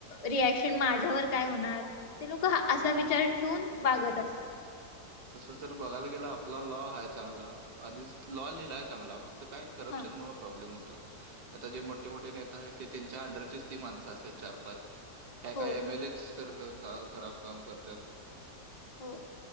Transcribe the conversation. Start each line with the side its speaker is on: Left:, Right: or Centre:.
Left: रिएक्शन माझ्यावर काय होणार ते लोक असा
Right: हम्म
Left: विचार ठेवून वागत असतात.
Right: तसं तर बघायला गेलं आपला लॉ हाय चांगला आधीच लॉ लिहिलाय चांगला आप तर काय करप्शनमुळे
Left: हा
Right: प्रॉब्लेम होतोय. आता जे मोठे मोठे नेता आहेत ते त्यांच्या अंडरचीच ती माणसं असतात चार पाच काय
Left: हो
Right: काय एम एल एच तर खराब काम करतात.
Left: हो.